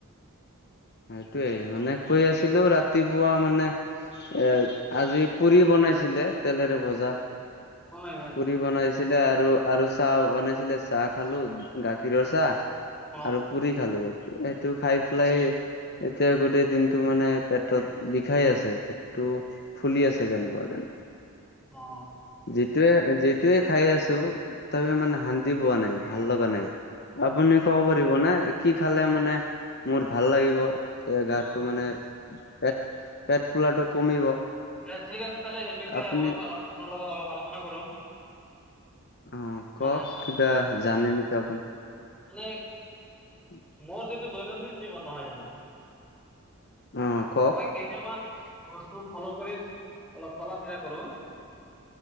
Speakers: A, on the left; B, in the centre.
A: সেইটোয়েই মানে কৈ আছিলো ৰাতিপুৱা মানে এ আজি পুৰি বনাইছিলে তেলেৰে ভজা।
B: হয় হয়।
A: পুৰি বনাইছিলে আৰু আৰু চাহ বনাইছিলে চাহ খালোঁ, গাখীৰৰ চাহ
B: অ
A: আৰু পুৰি খালো সেইটো খাই পেলাই এতিয়া গোটেই দিনটো মানে পেটত বিষাই আছে পেটটো ফুলি আছে কেনেকুৱা জানো।
B: অ।
A: যিটোৱে যিটোৱে খাই আছো তথাপিও মানে শান্তি পোৱা নাই ভাল লগা নাই। আপুনি কব পাৰিব নে কি খালে মানে মোৰ ভাল লাগিব? এতিয়া
B: অ
A: গাটো মানে পেট - পেট ফুলাটো কমিব।
B: এ ঠিক আছে, তেলে সেই বিষয়ে
A: আপুনি
B: অলপ আপোনাৰ লগত অলপ আলোচনা কৰো।
A: অ
B: মানে
A: কওক
B: চা
A: কিবা জানে নেকি আপুনি?
B: মানে
A: <inaudible>
B: মোৰ যিটো দৈনন্দিন জীৱন নহয় জানো,
A: অ কওক
B: মই কেই কেইটামান বস্তু ফল' কৰি অলপ চলা ফিৰা কৰো।